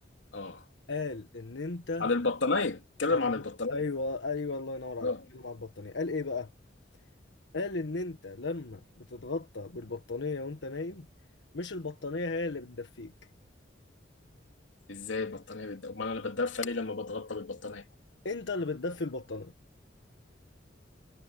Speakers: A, on the left (about 90°); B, on the left (about 70°).
A: اه
B: قال ان انت
A: عن البطانيه اتكلم
B: على البط...
A: عن البطانيه
B: ايوه ايوه الله ينور عليك
A: اه
B: اتكلم على البطانيه قال ايه بقى قال ان انت لما بتتغطى بالبطانيه وانت نايم مش البطانيه هي اللي بتدفيك
A: ازاي البطانيه بتد... امال انا بتدفى ليه لما بتغطى بالبطانيه
B: انت اللي بتدفي البطانيه